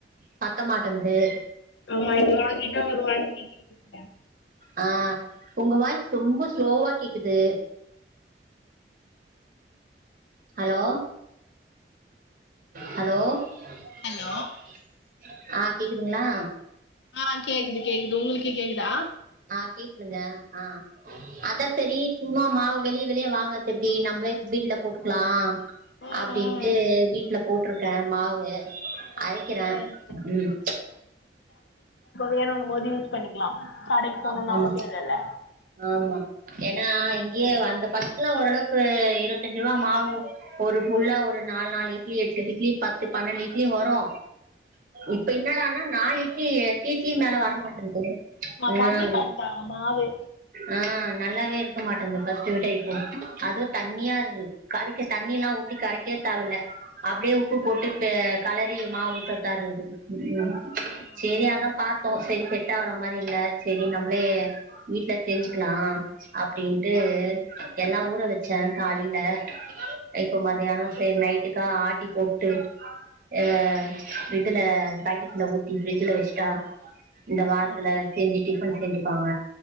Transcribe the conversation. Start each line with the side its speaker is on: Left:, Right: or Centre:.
Right: பத்தமாட்டந்து
Left: ஆமா <unintelligible> <unintelligible>
Right: ஆ உங்க வாயிஸ் ரொம்ப ஸ்லோவா கேக்குது ஹலோ ஹலோ
Left: ஹலோ
Right: <inaudible> ஆ கேக்குதுங்ளா
Left: ஆ கேக்குது கேக்குது உங்களுக்கு கேக்குதா
Right: ஆ கேக்குதுங்க ஆ அத சரி சும்மா மாவு வெளிய வெளியேவாங்கறது எப்டி நம்மளே வீட்ல போட்டுக்கலா
Left: ம்
Right: அப்டின்ட்டு
Left: ம்
Right: வீட்ல போட்ருக்கே மாவு அரக்கிறே
Left: சேரி
Right: உம்
Left: வேணும் போது யூஸ் பண்ணிக்கலா கடைக்கு போணுனு
Right: ஆமா ஆமா
Left: அவசியோ இல்லல்ல
Right: ஆமா ஏன்னா இங்கேயே அந்த பச ஓரளவுக்கு இருவத்தஞ்சு ரூபா மாவு ஒரு ஃபுல்லா ஒரு நாலு நாலு இட்லி எட்டு இட்லி பத்து பன்னெண்டு இட்லி வரு இப்ப என்னனா ஆனா நாளு இட்லி எட்டு இட்லி மேலே வரமாட்டேங்குது ம்
Left: கம்மி பண்ணிட்டாங்க மாவு
Right: ஆ நல்லாவே இருக்க மாட்டேந்து பஸ்டு விட இப்போ அதுவு தண்ணியா இருக்து கரைக்க தண்ணி எல்லா ஊத்தி கரைக்க தேவல அப்டியே உப்பு போட்டு களறி மாவு ஊத்ததா இருக்குது உ
Left: ஆமா
Right: சேரி
Left: ஆமா
Right: அதா பாத்தோ சரி சரி கட்டா வர மாரி இல்ல செரி நம்மளே வீட்ல செஞ்சுக்கலா அப்டின்ட்டு
Left: ம்
Right: எல்லா ஊற வச்சே காலேல இப்போ
Left: ம்
Right: மதியான செரி நைட்டு கா ஆட்டி போட்டு ஆ இதுல பெக்கெட்ல ஊத்தி பிரிஜூல வச்சுட்டா இந்த வாரத்ல
Left: ம்
Right: செஞ்சு டிபன் செஞ்சுப்பாங்க